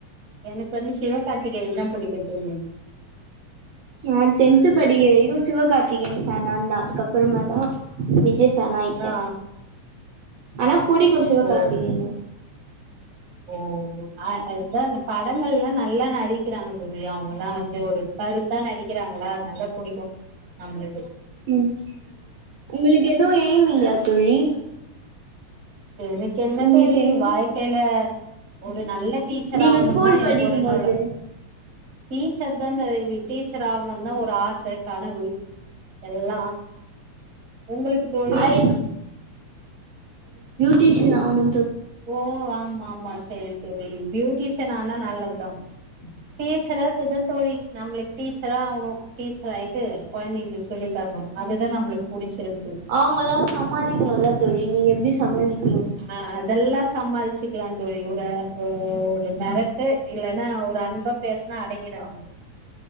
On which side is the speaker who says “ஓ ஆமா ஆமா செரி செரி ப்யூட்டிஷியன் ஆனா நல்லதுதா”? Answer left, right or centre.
Right